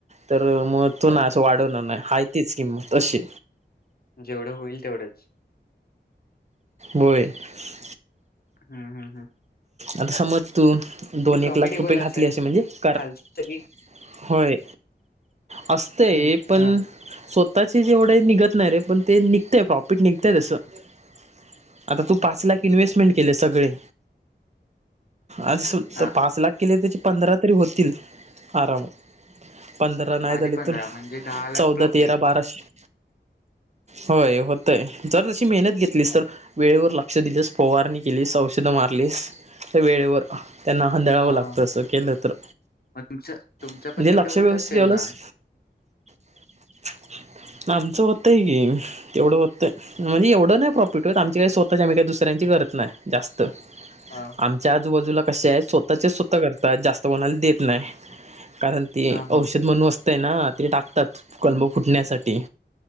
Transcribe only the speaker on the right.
तर मग तो
नाही असं वाढवनार नाय हाय तीच की म तशी
बोई <unintelligible>
आता समज तू दोन
एक लाख रुपये घातली
असे म्हणजे कर
<unintelligible> होय असतय
पण
स्वतः जेवढे निघत नाही रे पण ते निगतय प्रॉफिट निगतय तस आता तू पाच लाख इन्वहेस्टमेंट केले सगळे अज <unintelligible>
पाच लाख केले त्याचे पंधरा तरी होतील आरामात. पंधरा नाही
झाले
इथून
चौदा
तेरा बाराशे होय होतय जर तशी मेहनत घेतलीस तर, वेळेवर लक्ष दिलंस फवारनी केलीस औ सुद्धा मारलीस त्या वेळेवर त्यांना हांदळावं
लागतं
असं केलं तर
म्हणजे
लक्ष व्यवस्थित
ठेवलंस
<inaudible> आमचं होतंय की तेवढं होतंय, म्हणजे एवढ नाही प्रॉफिट होत आमची काही स्वतःच आम्ही काही दुसऱ्यांची
गज त <unintelligible> नाही जास्त
आमच्या आजूबाजूला कसे आहे स्वतःचे स्वतः करतात जास्त बनायला देत नाही. कारण ते
औषध म्हणू असतय ना ते टाकतात कलम
फुटण्यासाठी.